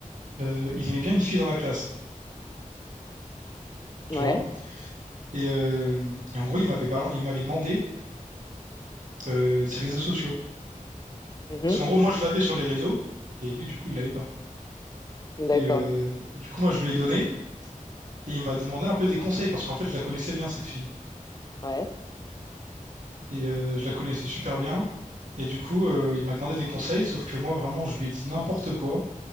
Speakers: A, on the right; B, on the left.
A: euh, il aimait bien une fille dans la classe,
B: Ouais.
A: tu vois. Et, euh, et en gros, il m'avait balan- il m'avait demandé euh, ses réseaux sociaux.
B: Mhm.
A: Parce qu'en gros, moi, je l'avais sur les réseaux, et lui, du coup, il l'avait pas.
B: D'accord.
A: Et euh, du coup, moi, je lui ai donné, et il m'a demandé un peu des conseils, parce qu'en fait, je la connaissais bien, cette fille.
B: Ouais.
A: Et euh, je la connaissais super bien. Et du coup, euh, il m'a demandé des conseils, sauf que moi, vraiment, je lui ai dit n'importe quoi.